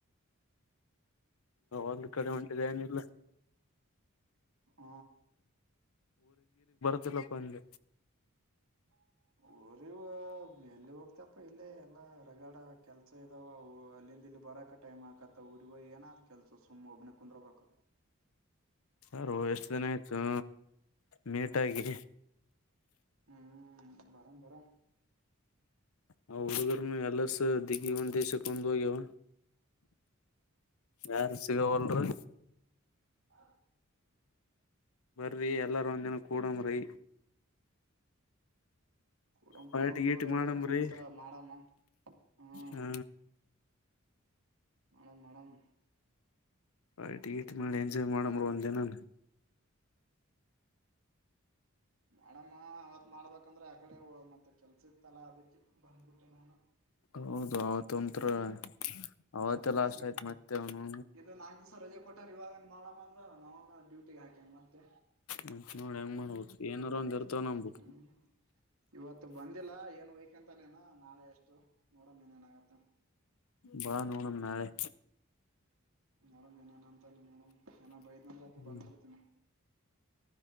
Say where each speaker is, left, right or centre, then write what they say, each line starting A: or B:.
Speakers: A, on the left (about 75°); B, on the right (about 75°).
A: ಒಂದು ಕಡೆ ಹೊಂಟಿದೆ ಏನಿಲ್ಲ..
B: ಹ.
A: ಮಲಪ್ಪಂದ..
B: ಹ್ಮ. ಅವ್ರ ಎಲ್ಲಿ ಹೋಗ್ತಪ್ಪ ಇಲ್ಲ ಎಲ್ಲ ರರಗಡ ಕೆಲ್ಸ ಇದಾವ ಅಲ್ಲಿಂದ ಇಲ್ಲಿ ಬರಕ್.. ಟೈಮ್ ಆತ ಉಊರುವ ಏನಾದ ಕೆಲಸ ಸುಮ್ ಒಬ್ಬನ ಕುಂದರಬೇಕ..
A: ಹಾರ ಎಷ್ಟು ದಿನ ಆಯ್ತು ಮೀಟಾಗಿ..
B: ಹ್ಮ್ ಬರನ್ ಬರ..
A: ಆ ಹುಡುಗರ್ನು ಎಲ್ಲಸ ದಿಗಿ ಒಂದ ದೇಶಕ್ಕೆ ಒಂದು ಹೋಗ್ಯವ.. ಯಾರು ಸಿಗಾವಲ್ರಿ..
B: ಹ.
A: ಬರ್ರರಿ ಎಲ್ಲಾರೂ ಒಂದಿನ ಕೂಡ ಮುರೆ..
B: ಕೊಡಮ
A: ಪಾರ್ಟಿ
B: ಕುಡಮ ತಗ
A: ಗೀಟಿ
B: ಎಲ್ಲಾನ
A: ಮಾಡಮ್ರಿ
B: ಒಂದ್ ದಿವ್ಸ ಮಾಡಮ್ಮ ಹ್ಮ..
A: ಹ
B: ಹಣಮ ಹಣಮ..
A: ಆಟ ಇಟ್ ಮಾಡಿ ಎಂಜಾಯ್ ಮಾಡಮ್ರ ಒಂದ ದಿನ..
B: ಮಡಮ್ಮ ಅವವತ್ ಮಾಡ್ಬೇಕಂದ್ರೆ ಆಕಡೆ ಮತ್ತೆ ಕೆಲ್ಸ ಇತ್ತಲ್ಲ ಅದಕ್ಕೆ ಬಂದಬಿಟ್ಟೆ ನು..
A: ಹೌದು ಅವತ್ ಒಂತ್ರರ ಅವತ್ತ
B: ಹ್ಮ್
A: ಲಾಸ್ಟ್ ಆಯ್ತ್ ಮತ್ತೆ ಅವನು..
B: ಇದು ನಾಲ್ಕು ದಿವಸ ರಜೆ ಕೊಟ್ಟಾರ ಇವಾಗಏ ಮಾಡೋಣ ಅಂದ್ರ ನಾ ಡ್ಯೂಟಿಗೆ ಹಾಕೇನ್ ಮತ್ತೆ..
A: ಮ ನೋಡಿ ಹೆಂಗ ಮಾಡ್ಬದು ಏನಾರ ಒಂದ ಇರ್ತವ ನಂಬು..
B: ಹ್ಮ್ ಇವತ್ತು ಬಂದಿಲ್ಲ ಏನ್ ವಯಕ್ಂತಾನೇನ ನಾಳೆ ಎಷ್ಟು ನೋಡಮ ನ್ ಏನ ಆಗತ್ತ.
A: ಬಾ ನೋಡಮ ನಾಳೆ.
B: ನೋಡಂ ಏನೇನ ಅಂತಾನ ನೋಡಮ್ ಏನ ಬೈತ ಅಂದ್ರೆ ಅಕ
A: ಹ್ಮ್
B: ಬಂದ್ಬಿಡ್ತೀನಿ.